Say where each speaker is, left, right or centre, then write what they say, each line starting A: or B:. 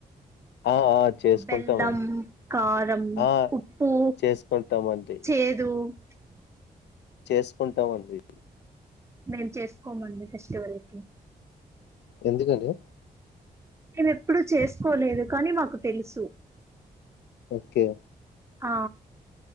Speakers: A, on the left; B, on the right.
A: ఆ ఆ చేసుకుంటామండి
B: బెల్లం మూక్క కారం
A: ఆ
B: ఉప్పు
A: చేసుకుంటామండి
B: చేేదు ఉ
A: చేసుకుంటామండి
B: మేము చేసుకోమండి ఫెస్టివల్ కి
A: ఎందుకండి
B: నేను ఎప్పుడూ చేసుకోలేదు కానీ మాకు తెలుసు
A: ఓకే
B: ఆ